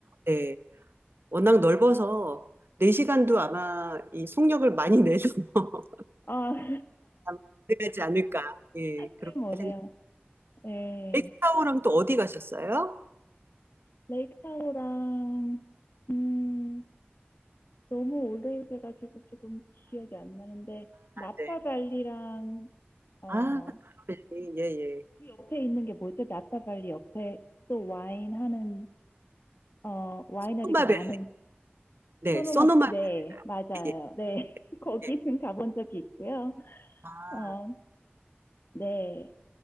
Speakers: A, on the right; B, on the left.
A: 네. 워낙 넓어서 4시간도 아마 이 속력을 많이 내서 <laughs>
B: 아, <laughs>
A: 아마 가능하지 않을까. 예, 그렇게
B: 꽤 멀어요.
A: 생각하는데.
B: 네,
A: 엑스타워랑 또 어디 가셨어요?
B: 레이크 타호랑 음, 너무 오래돼가지고 조금 기억이 안 나는데 나파
A: 네.
B: 발리랑 어,
A: 아, 노마벨이 예, 예.
B: 그 옆에 있는 게 뭐죠? 나파 발리 옆에 또 와인 하는 어, 와이너리가
A: 소노마벨.
B: 많은
A: 네,
B: 소노마,
A: 소노마
B: 네, 맞아요.
A: 벨 예,
B: 네, <laughs> 거기는
A: 예.
B: 가본 적이 있고요.
A: 아,
B: 어, 네,